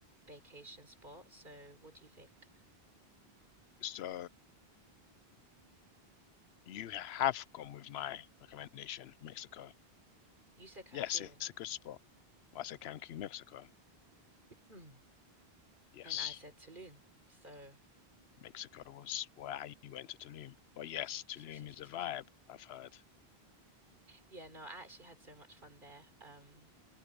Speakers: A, on the right (about 50°); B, on the left (about 80°).
A: vacation spot. So what do you think?
B: So you have gone with my recommendation, Mexico.
A: You said Cancun,
B: Yes, it's a good spot. I said Cancun, Mexico.
A: <clears throat> and
B: Yes,
A: I said Tulum. So
B: Mexico was where you went to Tulum. But yes,
A: <laughs>
B: Tulum is a vibe, I've heard.
A: Yeah, no, I actually had so much fun there. Um,